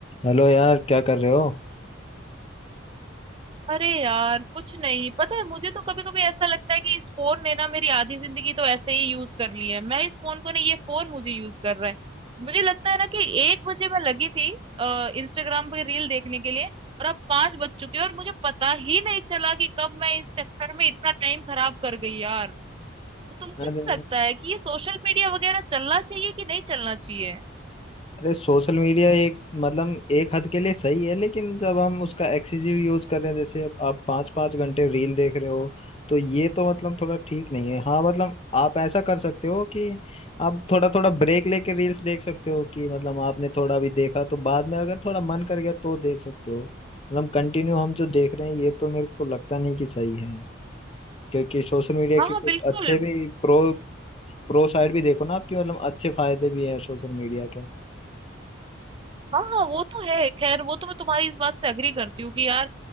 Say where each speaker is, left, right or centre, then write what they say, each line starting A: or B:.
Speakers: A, on the left; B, on the right.
A: Hello यार क्या कर रहे हो
B: अरे यार कुछ नहीं पता है मुझे तो कभी कभी ऐसा लगता है कि इस फोन ने ना मेरी आधी जिंदगी तो ऐसे ही यूज कर ली है मैं इस फोन को नहीं ये फोन मुझे यूज कर रहा है मुझे लगता है ना कि एक बजे मैं लगी थी इंस्टाग्राम पे रील देखने के लिए और अब पांच बज चुके हैं और मुझे पता ही नहीं चला कि कब मैं इस चक्कर में इतना टाइम खराब कर गई यार तो तुमको
A: अरे
B: क्या लगता है कि ये सोशल मीडिया वगैरह चलना चाहिए कि नहीं चलना चाहिए
A: अरे सोशल मीडिया एक मतलब एक हद के लिए सही है लेकिन जब हम उसका एक्सेसिव यूज कर रहे हैं जैसे अब आप पाँच पाँच घंटे रील देख रहे हो तो ये तो मतलब थोड़ा ठीक नहीं है हाँ मतलब आप ऐसा कर सकते हो कि आप थोड़ा थोड़ा ब्रेक लेके रील्स देख सकते हो कि मतलब आपने थोड़ा अभी देखा तो बाद में अगर थोड़ा मन कर गया तो देख सकते हो मतलब कंटिन्यू हम जो देख रहे हैं ये तो मेरे को लगता नहीं कि सही है क्योंकि सोशल मीडिया
B: हाँ
A: के
B: हाँ
A: कुछ
B: बिल्कुल
A: अच्छे भी प्रो प्रो साइड भी देखो ना आपकी मतलब अच्छे फायदे भी हैं सोशल मीडिया के
B: हाँ हाँ वो तो है खैर वो तो मैं तुम्हारी इस बात से अग्री करती हूँ कि यार